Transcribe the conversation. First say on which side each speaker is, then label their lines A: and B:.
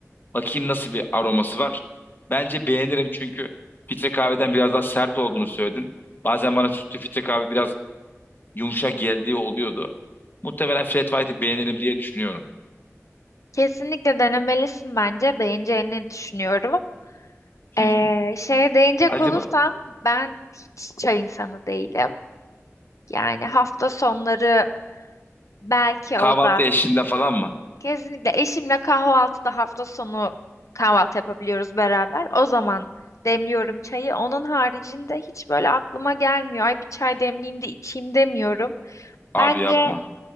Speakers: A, on the left (about 40°); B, on the left (about 75°).
A: Bakayım nasıl bir aroması var. Bence beğenirim çünkü filtre kahveden biraz daha sert olduğunu söyledin. Bazen bana sütlü filtre kahve biraz yumuşak geldiği oluyordu. Muhtemelen Fred White'i beğenirim diye düşünüyorum.
B: Kesinlikle denemelisin bence. Beğeneceğini düşünüyorum.
A: Hı
B: Ee,
A: hı.
B: şeye değinecek
A: Acaba
B: olursam ben hiç çay insanı değilim. Yani hafta sonları belki
A: kahvaltı
B: o da.
A: eşliğinde falan mı?
B: Kesinlikle eşimle kahvaltıda hafta sonu kahvaltı yapabiliyoruz beraber. O zaman demliyorum çayı. Onun haricinde hiç böyle aklıma gelmiyor. Ay bir çay demleyeyim de içeyim demiyorum.
A: Abi
B: Bence
A: yapma.